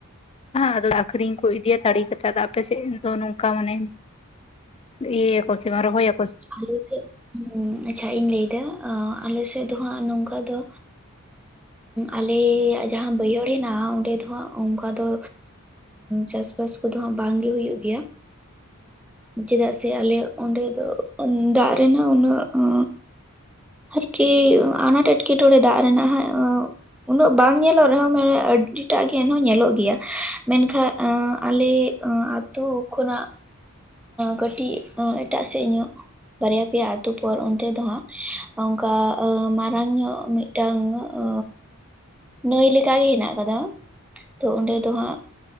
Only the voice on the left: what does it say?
ᱟᱫᱚ ᱟᱠᱷᱨᱤᱧ ᱠᱚ ᱤᱫᱤᱭᱟ ᱛᱟᱲᱮ ᱠᱟᱛᱮᱫ ᱫᱚ ᱟᱯᱮᱥᱮᱫ ᱫᱚ ᱱᱚᱝᱠᱟ ᱢᱟᱱᱮ, ᱤᱭᱟᱹ ᱭᱟᱠᱩ ᱥᱮᱵᱟᱝ ᱨᱚᱦᱚᱭ ᱟᱠ᱾